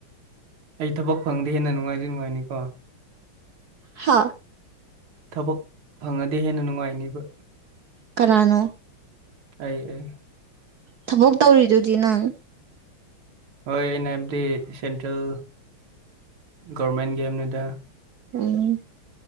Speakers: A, on the right (about 80°); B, on the right (about 60°).
A: ꯑꯩ ꯊꯕꯛ ꯐꯪꯗꯤꯦ ꯍꯦꯟꯅ ꯅꯨꯡꯉꯥꯏꯗꯤ ꯅꯨꯡꯉꯥꯏꯅꯤꯀꯣ
B: ꯍꯥꯥ
A: ꯊꯕꯛ ꯐꯪꯉꯗꯤ ꯍꯦꯟꯅ ꯅꯨꯡꯉꯥꯏꯅꯤꯕ
B: ꯀꯅꯥꯅꯣ
A: ꯑꯩ ꯑꯣꯏ
B: ꯊꯕꯛ ꯇꯧꯔꯤꯗꯨꯗꯤ ꯅꯪ
A: ꯍꯣꯏ ꯑꯩꯅꯕꯗꯤ ꯁꯦꯟꯇ꯭ꯔꯦꯜ ꯒꯣꯚꯦꯔꯃꯦꯟꯠ ꯀꯤ ꯍꯥꯏꯅꯤꯗ
B: ꯑ